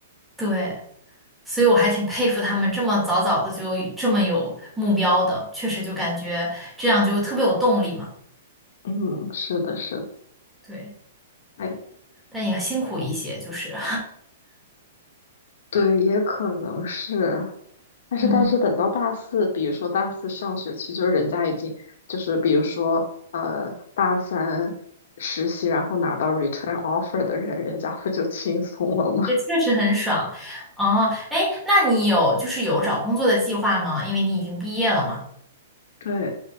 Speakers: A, in the centre; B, on the left.
A: 对，所以我还挺佩服他们这么早早的就这么有目标的，确实就感觉这样就特别有动力嘛。
B: 嗯，是的，是的，
A: 对，
B: 哎，
A: 但也辛苦一些，就是，
B: 对，也可能是，
A: <laughs>
B: 但是，
A: 嗯，
B: 但是等到大四，比如说大四上学期，就是人家已经就是比如说呃大三实习，然后拿到 return offer 的人，人家不就轻松了吗？
A: 这确实很爽。哦，哎，那你有就是有找工作的计划吗？因为你已经毕业了嘛。
B: 对，